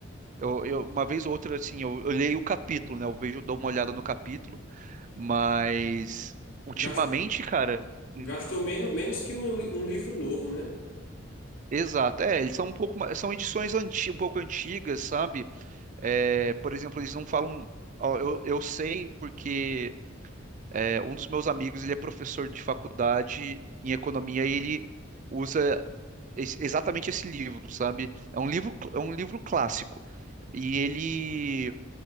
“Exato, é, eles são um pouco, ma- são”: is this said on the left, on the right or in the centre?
Right